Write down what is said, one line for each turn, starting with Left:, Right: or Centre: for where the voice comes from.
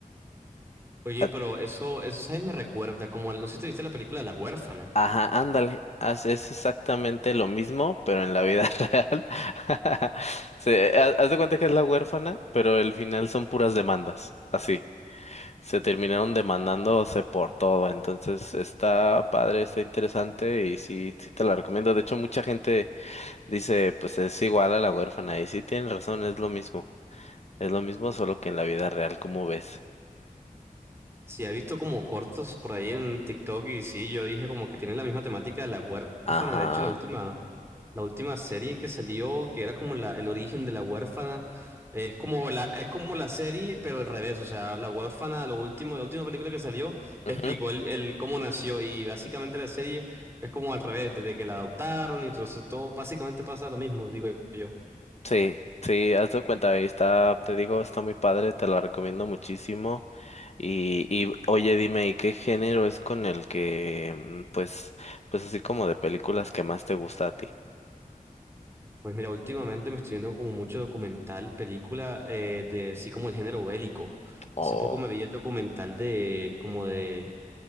Right: Oye,
Left: A-
Right: pero eso, eso, ¿sabes? Me recuerda, como, al- no sé si te viste la película La huérfana.
Left: Ajá, ándale, haz- es exactamente lo mismo, pero en la vida <laughs> real. <laughs> Se, ha- haz de cuenta que es la huérfana, pero el final son puras demandas, así. Se terminaron demandándose por todo, entonces está padre, está interesante y sí, sí te la recomiendo. De hecho, mucha gente dice, pues es igual a la huérfana y sí tienen razón, es lo mismo. Es lo mismo, solo que en la vida real, como ves?
Right: Sí, he visto como cortos por ahí en TikTok y sí, yo dije como que tiene la misma temática de La huérfana.
Left: Ajá.
Right: De hecho, la última. La última serie que salió, que era como la, el origen de la huérfana, eh, es como la, es como la serie, pero al revés. O sea, la huérfana, lo último, la última película que salió,
Left: ujú,
Right: explicó el, el cómo nació. Y básicamente la serie es como al revés, desde que la adoptaron, y entonces todo básicamente pasa lo mismo, digo yo.
Left: Sí, sí, haz de cuenta, ahí está, te digo, está muy padre, te la recomiendo muchísimo. Y, y oye, dime, ¿y qué género es con el que, mm, pues, pues así como de películas que más te gusta a ti?
Right: Pues mira, últimamente me estoy viendo como mucho documental, película, eh, de así como el género bélico.
Left: Oh,
Right: Hace poco me vi el documental de como de